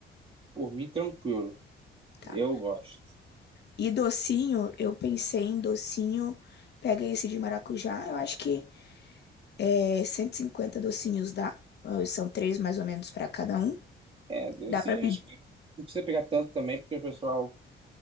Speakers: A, on the right; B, on the left.
A: por mim, tranquilo.
B: Tá.
A: Eu gosto.
B: E docinho, eu pensei em docinho. Pega esse de maracujá, eu acho que é 150 docinhos dá. Eh, São três mais ou menos para cada um.
A: É,
B: Dá
A: eu sim,
B: para pedir.
A: acho que não precisa pegar tanto também, porque o pessoal